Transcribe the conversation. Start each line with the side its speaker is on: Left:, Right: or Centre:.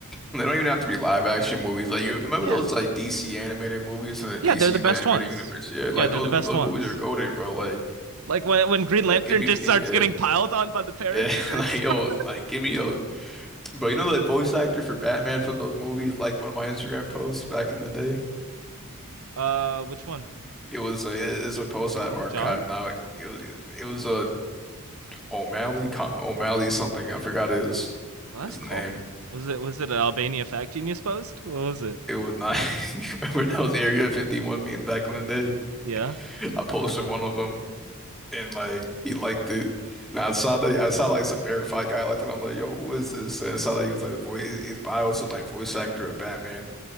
Centre: they don't even have to be live action movies. Like you remember
Right: Yeah.
Centre: those like DC animated movies in the
Right: Yeah,
Centre: DC
Right: they're the best
Centre: like, animated
Right: ones.
Centre: universe? Yeah,
Right: Yeah,
Centre: like
Right: they're
Centre: those
Right: the best
Centre: those
Right: ones.
Centre: movies are goated, bro. Like
Right: Like when when Green Lantern
Centre: like give me
Right: just
Centre: give
Right: starts
Centre: me yeah.
Right: getting piled on by the parademons.
Centre: Yeah, <laughs> like yo,
Right: <laughs>
Centre: like give me yo, bro. You know the voice actor for Batman from those movies, like one of my Instagram posts back in the day.
Right: Uh, which one
Centre: It was a, it's a post I've
Right: was
Centre: archived
Right: it? John?
Centre: now. It was it was a O'Malley Co- O'Malley something. I forgot his
Right: Well,
Centre: his
Right: that's cold.
Centre: name.
Right: Was it was it an Albania Fact Genius post? What was it?
Centre: It was not. <laughs> You remember those Area 51 memes back in the day?
Right: Yeah,
Centre: I posted one of them and like he liked it. Now I saw that I saw like some verified guy liked it. I'm like, yo, who is this? And I saw that he was like the voice. His his bio said like voice actor of Batman.